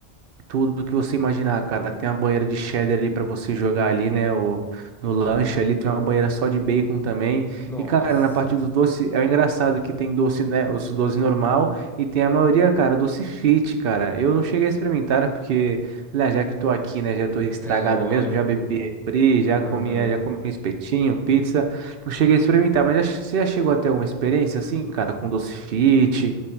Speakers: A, on the right (about 65°); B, in the centre.
A: Tudo que você imaginar, cara. Tem uma banheira de cheddar ali pra você jogar ali, né? O, no lanche ali tem uma banheira só de bacon também.
B: Nossa,
A: E, cara, na parte do doce, é engraçado que tem doce, né? Os doce normal e tem a maioria, cara, doce fit, cara. Eu não cheguei a experimentar, né? Porque, lá, já que tô aqui, né? Já tô estragado
B: é lógico.
A: mesmo. Já bebi refri, já comi,
B: Aham.
A: é, já comi espetinho, pizza. Não cheguei a experimentar, mas já- você já chegou a ter alguma experiência assim, cara, com doce fit?